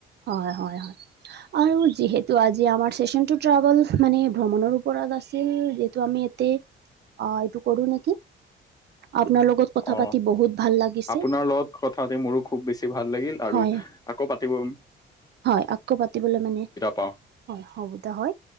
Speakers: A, on the right (about 60°); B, on the left (about 20°).
A: হয়-হয়-হয়। আৰু যিহেতু আজি আমাৰ চেচন তো ট্ৰেভেল, মানে ভ্ৰমণৰ ওপৰত আছিল যিহেতু আমি এত তে অ, এইটো কৰো নেকি, আপোনাৰ লগত কথা
B: অ,
A: পাতি বহুত ভাল লাগিছে
B: আপোনাৰ লগত কথা পাতি মোৰো খুব বেছি ভাল লাগিল,
A: হয়
B: আৰু আকৌ পাতিবম।
A: হয়, আকৌ পাতিবলৈ মানে।
B: পাওঁ
A: হয় হ'ব দে হয়।